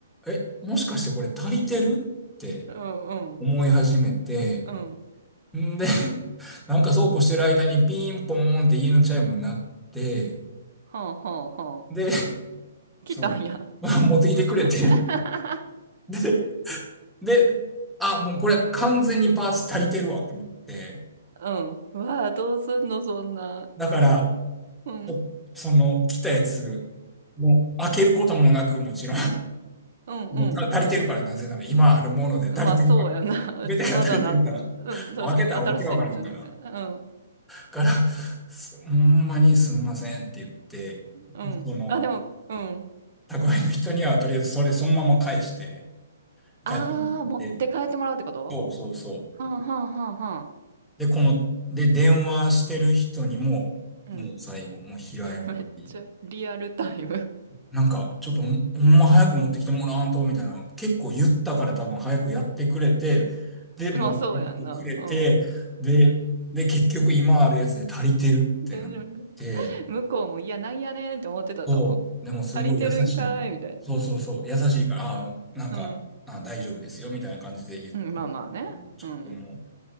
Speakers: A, in the centre; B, on the right.
A: え、もしかしてこれ足りてるって
B: うん、
A: 思い始めて、
B: うん。
A: んで、<laughs> なんかそうこうしてる間にピンポーンって家のチャイムになって、
B: はあ、はあ、はあ。
A: で、そ
B: 来たんや。
A: の、<laughs> 持ってきてくれて、
B: <laughs>
A: <laughs> で、で、あ、もうこれ完全にパーツ足りてるわと思って、
B: うん。わあ、どうすんの、そんな。
A: だから、
B: うん、
A: おその、来たやつ、もう開けることもなくもちろん
B: うん、うん。
A: もうた足りてるから、なぜなら、今あるもので足りてるから。
B: まあ、そうやな。<laughs> 別にわざわざうん、
A: 全てが足りてるから。
B: 確かに新しいんじゃないうん、
A: もう開けたらわけわからんから。から、すほんまにすんませんって言って、
B: うん。
A: その、
B: あ、でもうん。
A: 宅配の人にはとりあえずそれそのまま返して
B: あー、
A: 帰ってもらって、
B: 持って帰ってもらうってこと？
A: そうそうそう。
B: はんはんはんはん
A: で、この、で、電話してる人にも、
B: うん。
A: もう最後、もう平謝り。
B: <laughs> めっちゃリアルタイム。<laughs>
A: なんか、ちょっとほんほんま早く持ってきてもらわんと、みたいな。結構言ったから多分早くやってくれて、で、持ってきてくれて、
B: まあ、そうやんな。うん。うん。
A: で、で、結局今あるやつで足りてるってなって、
B: <laughs> で、然向こうも、いや、なんやねんって思ってたと思う。
A: そう、でもすごい優しい。
B: 足りてるんかーいみたい
A: そうそうそう、優しいから、あなんか、
B: な。うん。
A: あ、大丈夫ですよ、みたいな感じで言って
B: うん、まあまあね。
A: ももうちょっともう、
B: うん。